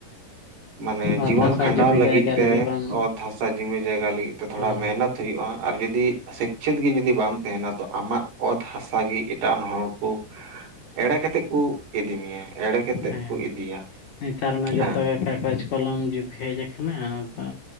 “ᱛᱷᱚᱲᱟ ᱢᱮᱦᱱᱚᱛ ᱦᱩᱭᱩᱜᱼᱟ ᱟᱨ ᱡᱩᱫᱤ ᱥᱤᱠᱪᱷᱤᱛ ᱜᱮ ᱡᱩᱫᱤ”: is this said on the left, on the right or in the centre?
Right